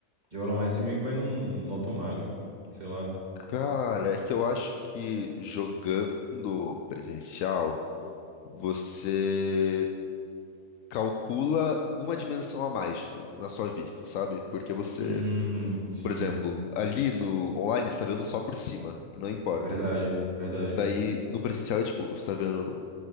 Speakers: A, on the right; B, on the left.
A: Jogando online, você meio que vai num, no automático, sei lá.
B: cara, é que eu acho que jogando presencial, você calcula uma dimensão a mais, tipo, na sua vista, sabe? Porque você,
A: Hum, sim.
B: por exemplo, ali no online você tá vendo só por cima, e não importa.
A: Verdade, verdade.
B: Daí no presencial é tipo, você tá vendo